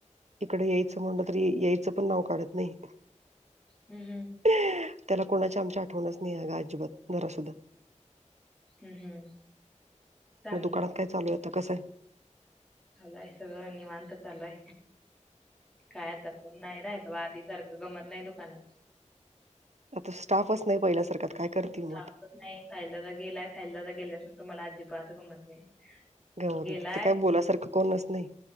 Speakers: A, on the right (about 60°); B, in the centre.
A: इकडे यायचं म्हटलं तरी यायचं पण नाव काढत नाही
B: हम्म, हम्म.
A: त्याला कोणाच्या आमच्या आठवणच नाही आहे ग अजिबात नरासुध
B: हम्म हम्म चांगलं
A: मग दुकानात काय चालू यता कसय
B: लय सगळं निवांत चालूय कायता नाही राहिल बाबा आधी सारखं गमत नाही दुकानात
A: आता स्टाफच नाही पहिल्यासारखं काय करतील मग
B: स्टाफच
A: आता
B: नाही साहिलादा गेला साहिललादा गेल्यास नंतर मला अजिबात गमत नाही.
A: ग
B: तो गेलाय
A: तिथं काय बोलासारखं कोणच नाही.